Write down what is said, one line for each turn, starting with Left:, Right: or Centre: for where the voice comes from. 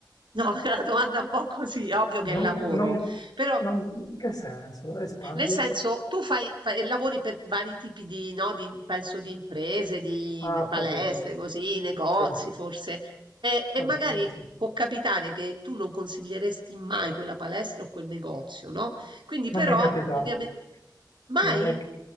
Right: No, <laughs> è una domanda un po' così, ovvio che è
Left: Non,
Right: lavoro,
Left: non,
Right: però.
Left: non- in che senso? Espandi?
Right: Nel senso, tu fai, fai- lavori per vari tipi di, no, di- penso, di imprese, di
Left: Ah, ho
Right: palestre,
Left: capito.
Right: così, negozi
Left: Sì,
Right: forse, e, e
Left: aziende
Right: magari
Left: sì.
Right: può capitare che tu non consiglieresti mai quella palestra o quel negozio, no? Quindi
Left: Non
Right: però,
Left: mi è capitato.
Right: ovviamente, mai?
Left: Non mi è-